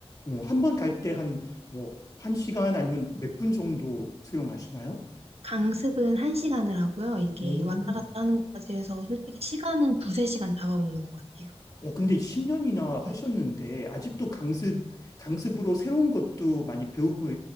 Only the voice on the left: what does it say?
어, 한번 갈 때 한, 뭐, 한 시간 아니면 몇 분 정도 수영하시나요?
오.
어, 근데 10년이나 하셨는데
아직도 강습, 강습으로 새로운 것도 많이 배우고